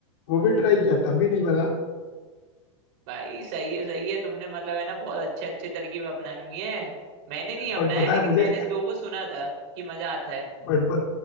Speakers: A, on the left; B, on the right.
A: वो भी ट्राई किया तब भी नहीं बना
B: भाई सही है सही है तुमने मतलब है ना बहुत अच्छे अच्छे तरकीब अपनाई हुई है मैंने नहीं अपनाया
A: बट पता
B: लेकिन
A: है मुझे
B: मैंने लोगों को सुना था कि मजा आता है
A: बट बट